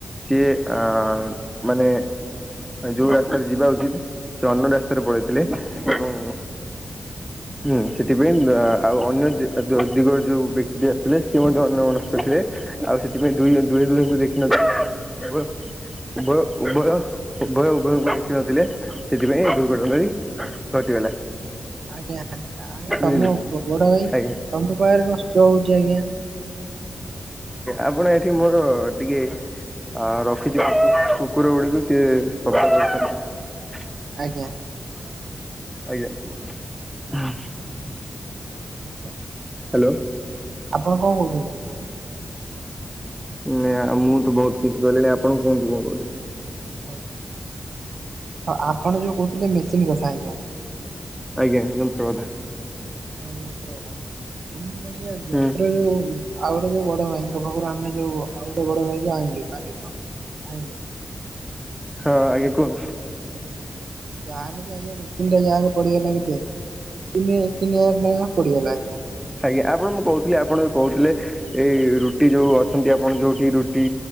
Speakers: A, in the centre; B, on the right.
A: ସିଏ ଆ ମାନେ ଯୋଉ ରାସ୍ତାରେ ଯିବା ଉଚିତ, ସେ ଅନ୍ୟ ରାସ୍ତା ରେ ପଳେଇଥିଲେ ଏବଂ
B: ଆଜ୍ଞା
A: ହୁଁ ସେଥିପାଇଁ ଆଉ ଅନ୍ୟ ଯ ଦିଗରେ ଯୋଉ ବ୍ୟକ୍ତିଟି ଆସୁଥିଲେ ସିଏ ମଧ୍ୟ ଅନ୍ୟ ମନସ୍କରେ ଆଉ ସେଥିପାଇଁ ଦୁଇ ଦୁହେଁ ଦୁହିଁଙ୍କୁ ଦେଖିନ ପ ଉଭୟ ଉଭୟ ଉଭୟ ଉଭୟଙ୍କୁ ଦେଖିନଥିଲେ। ସେଥିପାଇଁ ଦୁର୍ଘଟଣା ଟି ଘଟିଗଲା।
B: ଆଜ୍ଞା ଆଜ୍ଞା
A: ବୁଝିଲେ
B: ତମ ବଡ ଭାଇ
A: ଆଜ୍ଞା
B: ତମ ପାଖରେ କଣ ସୁଭା ହଉଛି ଆଜ୍ଞା।
A: ଆପଣ ଏଠି ମୋର ଟିକେ ଆଉ ରଖିଚି ଟିକେ କୁକୁର ଗୁଡିକୁ ସିଏ ଶବ୍ଦ କରଚନ୍ତି।
B: ଆଜ୍ଞା।
A: ଆଜ୍ଞା ହୁଁ।
B: ଆଜ୍ଞା।
A: ହ୍ୟାଲୋ।
B: ଆପଣ କଣ କହୁଛନ୍ତି କୁହ।
A: ନଁ ଆଉ ମୁଁ ତ ବହୁତ କିଛି କହିଲିଣି ଆପଣ କୁହନ୍ତୁ କଣ କହିବେ।
B: ଆଜ୍ଞା ହଁ ଆପଣ ଯୋଉ କହୁଥିଲେ ମେସିନ୍ ବସିଥିଲା ଆଜ୍ଞା।
A: ଆଜ୍ଞା ଯନ୍ତ୍ରକଥା।
B: ଆଉ ଯନ୍ତ୍ର କଥା <unintelligible> ଯନ୍ତ୍ର
A: ହୁଁ
B: ଯୋଉ ଆଉ ଗୋଟେ ଯୋଉ ବଡ ଭାଇଙ୍କ ପାଖରୁ ଆମେ ଯୋଉ ଆଉ ଗୋଟେ ବଡ ଭାଇ ଯୋଉ ଆଣ ଆଣିଲି ମାଗିକିନା ଆଣିଲେ।
A: ହଁ ଆଜ୍ଞା କୁହନ୍ତୁ।
B: ଗାଁ ରେ ବି ଆଜ୍ଞା ମେସିନ୍ ଟା ଯାହେନେ ପଡ଼ିଗଲା କେତେ ତିନି ହ ତିନି ହଜାର ଟଙ୍କା ପଡ଼ିଗଲା ଆଜ୍ଞା।
A: ଆଜ୍ଞା ଆପଣ ମୁଁ କହୁଥିଲି ଆପଣ ବି କହୁଥିଲେ। ଏଇ ରୁଟି ଯୋଉ ଅଛନ୍ତି ଆପଣ ଯୋଉଠି ରୁଟି